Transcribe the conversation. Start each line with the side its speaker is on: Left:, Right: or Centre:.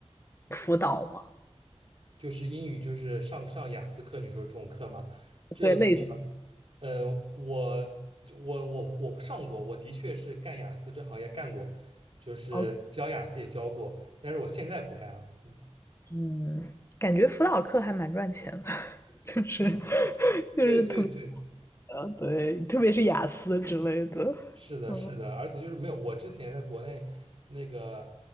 Left: 辅导吗？
Right: 就是英语就是上上雅思课，你说这种课嘛，这个课，
Left: 对，类似，
Right: 嗯、我就我我我上过，我的确是干雅思这行业干过，就是教雅思也教过，
Left: 哦
Right: 但是我现在不干了。嗯
Left: 嗯，感觉辅导课还蛮赚钱的，<laughs> 就是 <laughs> 就是
Right: 对对对，
Left: 的，对，特别是雅思之类的，
Right: 是的，
Left: 嗯。
Right: 是的，而且就是没有，我之前在国内那个